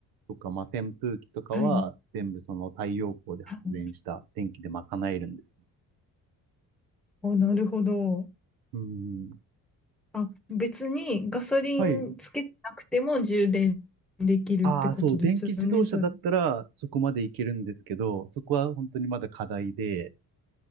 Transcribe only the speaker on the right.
とか、まあ、扇風機とかは全部その太陽光で発電した電気で賄えるんです。
うん。
はい。ああ、そう、電気自動車だったらそこまでいけるんですけど、
そこは本当にまだ課題で、